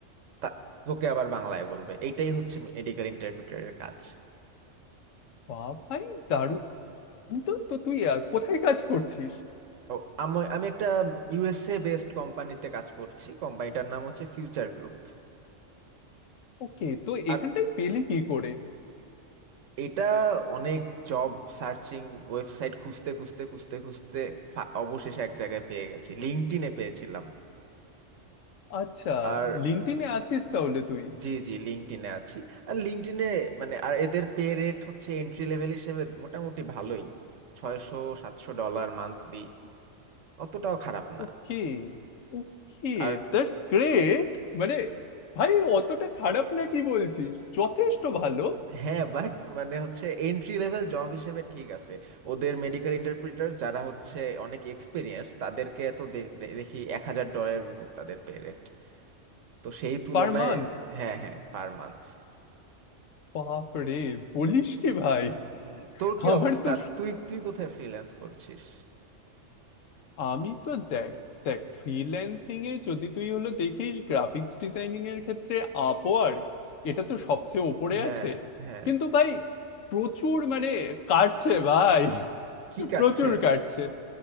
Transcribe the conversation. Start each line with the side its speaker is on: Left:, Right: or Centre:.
Right: তা- তোকে আবার বাংলায় বলবে এইটাই হচ্ছে মেডিকেল ইন্টারপ্রেটারের কাজ
Left: বা ভাই দারুণ তো তো তুই আহ, কোথায় কাজ করছিস
Right: ও, আমা- আমি একটা ইউএসএ বেসড কোম্পানিতে কাজ করছি কোম্পানিটার নাম হচ্ছে ফিউচার গ্রুপ
Left: ওকে তো এখানটায়
Right: আর
Left: পেলি কি করে
Right: এটা অনেক জব সার্চিং ওয়েবসাইট খুঁজতে খুঁজতে খুঁজতে খুঁজতে ফা- অবশেষে এক জায়গায় পেয়ে গেছি লিঙ্কডইনে পেয়েছিলাম
Left: আচ্ছা
Right: আর
Left: লিঙ্কডইনে আছিস তাহলে তুই
Right: জি জি লিঙ্কডইনে আছি আর লিঙ্কডইনে মানে আর এদের পে রেট হচ্ছে এন্ট্রি লেভেল হিসেবে মোটামুটি ভালোই ছয়শো সাতশো ডলার মান্থলি অতটাও খারাপ না
Left: Okay okay
Right: আর
Left: that's great মানে ভাই অতটা খারাপ না কি বলছিস যথেষ্ট ভালো
Right: হ্যাঁ বাট মানে হচ্ছে এন্ট্রি লেভেল জব হিসেবে ঠিক আছে ওদের মেডিকেল ইন্টারপ্রিটার যারা হচ্ছে অনেক এক্সপিরিয়েন্স তাদেরকে তো দে- দে- দেখি এক হাজার ডলারের উপর তাদের পে রেট তো সেই তুলনায়
Left: Per month
Right: হ্যাঁ হ্যাঁ পার মান্থ
Left: বাপ রে বলিস কি ভাই
Right: হুম তোর কি
Left: আমার
Right: অবস্থা
Left: তো
Right: তুই তুই কোথায় ফ্রিল্যান্স করছিস
Left: আমি তো দেখ দেখ ফ্রিল্যান্সিং এ যদি তুই হলো দেখিস গ্রাফিক্স ডিজাইনিং এর ক্ষেত্রে আপওয়ার্ক এটা তো সবচেয়ে ওপরে
Right: হ্যাঁ
Left: আছে
Right: হ্যাঁ
Left: কিন্তু ভাই প্রচুর মানে কাটছে ভাই
Right: কি কাটছে
Left: প্রচুর কাটছে